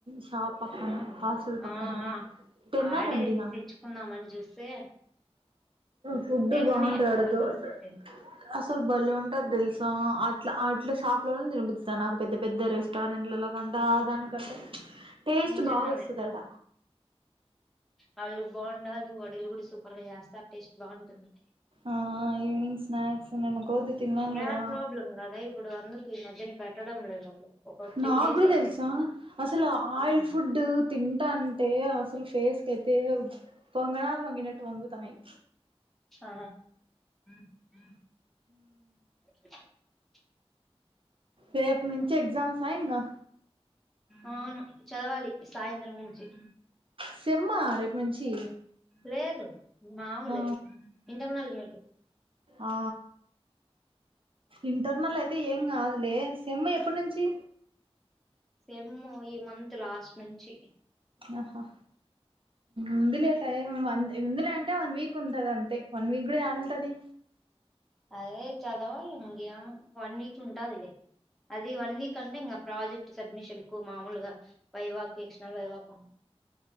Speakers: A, on the right; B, in the centre.
A: షాప్ పక్కన
B: అవును
A: హాస్టల్ పక్కన
B: ఆ ఆ
A: టెన్
B: ఆడే
A: నా ట్వంటీ నా
B: తెచ్చుకుందామని చూస్తే
A: ఫుడ్డు
B: టెన్నే
A: బాగుంటది.
B: ఒక
A: దోస
B: దోశ టెన్
A: అస్సలు భలే ఉంటది తెలుసు. ఆ అట్లా అట్లా షాప్ ఏం తినిపిస్తాను. నాకు పెద్ద పెద్ద రెస్టారెంట్లో కంటే దానికంటే టేస్ట్
B: నిజగానే
A: బాగా వస్తది ఆడ
B: వాళ్ళు బొండాలు, వడలు కూడా సూపర్ గా చేస్తారు టేస్ట్ బాగుంటుంది.
A: ఆ ఈవినింగ్ స్నాక్స్ నిను కొది తిన్నాను
B: గ్యాస్
A: కదా.
B: ప్రాబ్లం కదా ఇప్పుడు అందుకు ఈ మధ్యన పెట్టడం లేదు వాళ్ళు ఒక త్రీ
A: నాకు
B: డేస్
A: కూడా
B: అయిపోయింది
A: తెలుసా అసలు
B: ఉమ్.
A: ఆయిల్ ఫుడ్ తింటా అంటే అసలు ఫేస్ కతే పొంగనాలు పొంగినట్టు వంగుతినాయు
B: ఆ <unintelligible> <unintelligible>
A: రేపు నుంచి ఎగ్జామ్స్ ఇంగా.
B: అవును చదవాలి సాయంత్రం నుంచి.
A: సెమ్మా రేపు నుంచి
B: లేదు. మావులే
A: ఆ
B: ఇంటర్నల్ పెట్టు
A: ఆ ఇంటర్నల్ అయితే ఏం కాదు. లే సెమ్ము ఎప్పుడు నుంచి
B: సెమ్ము ఈ మంత్ లాస్ట్ నుంచి.
A: ఆహా
B: ఆ,
A: ఉందిలే టైం మంది ఇందులే అంటే వన్ వీక్ ఉంటది. అంతే వన్ వీక్ కూడా ఎడుంటది.
B: అదే చదవాలి ఇ వన్ వీక్ ఉంటాదిలే అది వన్ వీక్ అంటే ఇంకా ప్రాజెక్ట్ సడ్మిషన్ కు మామూలుగా వైవాకు ఎక్షన వైవాక్ <unintelligible>